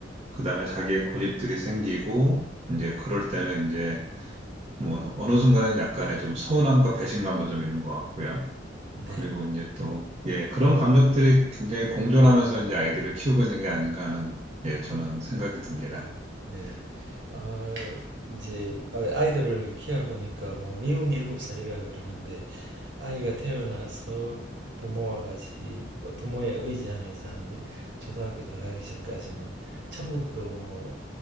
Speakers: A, on the right; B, on the right.
A: 그다음에 자기의 고집들이 생기고 이제 그럴 때는 이제 뭐 어느 순간에는 약간의 좀 서운함과 배신감도 좀 있는 것 같고요.
B: 네.
A: 그리고 이제 또, 예, 그런 감정들이 굉장히 공존하면서 이제 아이들을 키우고 있는 게 아닌가 하는, 예, 저는 생각이 듭니다.
B: 네. 어, 이제 아, 아이들을 키워보니까 뭐 미운 일곱 살이라 그러는데 아이가 태어나서 부모와 같이 어, 부모에 의지하면서 한 일- 초등학교 들어가기 전까지는 천국도 뭐